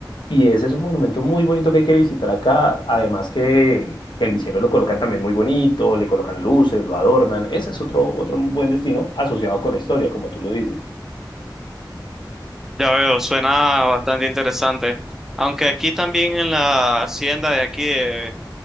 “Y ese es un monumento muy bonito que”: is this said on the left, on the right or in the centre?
Left